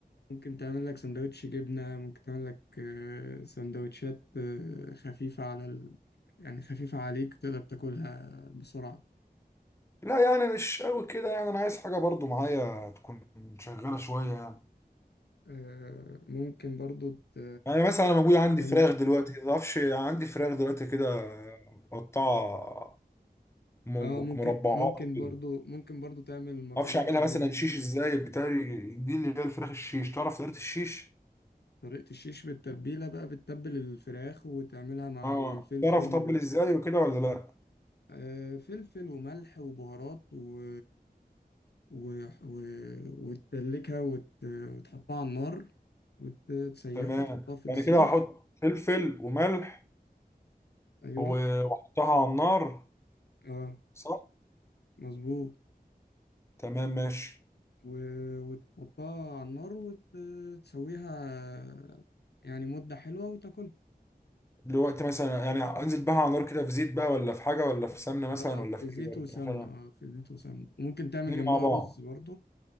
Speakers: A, on the left; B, on the left.
A: ممكن تعمل لك سندوتش جبنة ممكن تعمل لك آه سندوتشات آه خفيفة على ال... يعني خفيفة عليك تقدر تاكلها بسرعة
B: لا يعني مش قوي كده يعني انا عايز حاجه برضو معايا تكون شغاله شويه يعني
A: آه ممكن برضو ت...
B: يعني مثلا انا موجود عندي
A: تعمل
B: فراخ دلوقتي كده ما تعرفش عندي فراخ دلوقتي كده مقطعه م- م-
A: اه ممكن
B: مربعات
A: ممكن
B: كده
A: برضو
B: ما
A: ممكن برضو تعمل مكرونة
B: اعرفش اعملها
A: بشاميل
B: مثلا شيش ازاي بتاعي دي اللي هي الفراخ الشيش تعرف طريقه الشيش
A: طريقة الشيش بالتتبيلة بقى بتتبل الفراخ وتعملها مع
B: اه
A: الفلفل
B: تعرف تطبل
A: و...
B: ازاي وكده ولا لا
A: آه، فلفل وملح وبهارات و... و... و... وتدلكها وت... وتحطها على النار وتسيخها
B: تمام
A: تحطها في
B: يعني
A: السيخ
B: كده هحط فلفل وملح
A: أيوة
B: و- واحطها على النار
A: اه
B: صح
A: مظبوط
B: تمام ماشي
A: و... وتحطها على النار وتسويها يعني مدة حلوة وتاكلها
B: دلوقتي مثلا يعني انزل بقى على النار كده في زيت بقى ولا في حاجه ولا في سمنه مثلا
A: اه
B: ولا
A: في
B: في
A: زيت
B: ايه برضه
A: وسمنة
B: خلاص
A: اه في زيت وسمنة وممكن تعمل
B: اتنين
A: جنبها
B: مع بعض
A: رز برضو